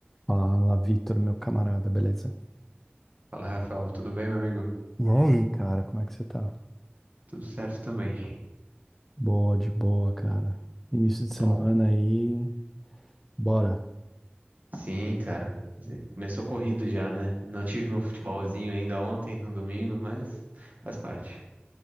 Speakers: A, in the centre; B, on the right.
A: Fala, Vitor, meu camarada, beleza?
B: Fala, Rafael. Tudo bem, meu amigo?
A: E aí, cara, como é que você tá?
B: Tudo certo também.
A: Boa, de boa, cara. Início de
B: Bom,
A: semana aí, bora.
B: sim, cara. Quer dizer, Começou corrido já, né? Não tive meu futebolzinho ainda ontem, no domingo, mas faz parte.